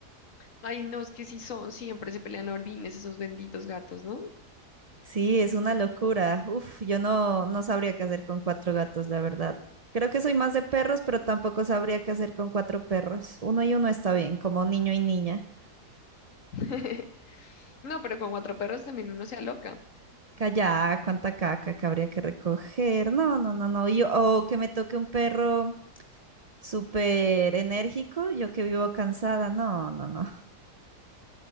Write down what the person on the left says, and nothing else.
Ay, no, es que sí son, siempre se pelean a orines esos benditos gatos, ¿no?
<laughs> No, pero con cuatro perros también uno se aloca.